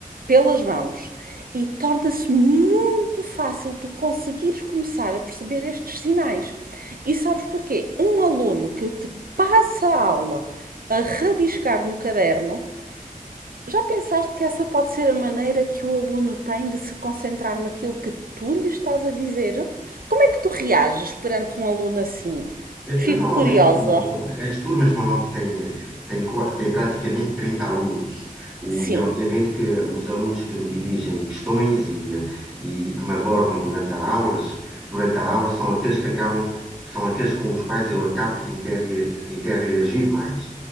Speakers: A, on the right; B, in the centre.
A: pelas mãos. E torna-se muito fácil tu conseguires começar a perceber estes sinais. E sabes porquê? Um aluno que te passa a aula a rabiscar no caderno, já pensaste que essa pode ser a maneira que o aluno tem de se concentrar naquilo que tu lhe estás a dizer? Como é que tu reages perante um aluno assim? Fico
B: Eu normalmente,
A: curiosa.
B: o, bom, as turmas normalmente têm, têm, qua- têm praticamente 30 alunos, o,
A: Sim,
B: e obviamente que os alunos que me dirigem questões e, eh, e, que me abordam durante a aulas, durante a aula são aqueles que acabam, são aqueles com os quais eu acabo por interre- interreagir mais.